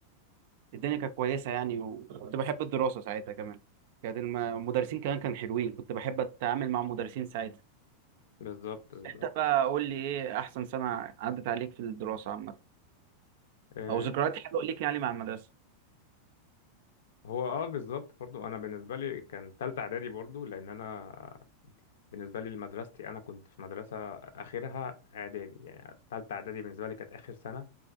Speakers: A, on the right (about 60°); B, on the left (about 85°).
A: الدنيا كانت كويسة يعني وكنت بحب الدراسة ساعتها كمان كانت الم- المدرسين كمان كانوا حلوين كنت بحب أتعامل مع المدرسين ساعتها
B: بالظبط بالظبط
A: أنت بقى قول لي إيه أحسن سنة عدت عليك في الدراسة عامة
B: آه
A: أو ذكريات حلوة ليك يعني مع المدرسة
B: هو اه بالظبط برضو انا بالنسبة لي كان تالتة اعدادي برضو لان انا بالنسبة لي لمدرستي انا كنت في مدرسة اخرها اعدادي يعني تالتة اعدادي بالنسبة لي كانت اخر سنة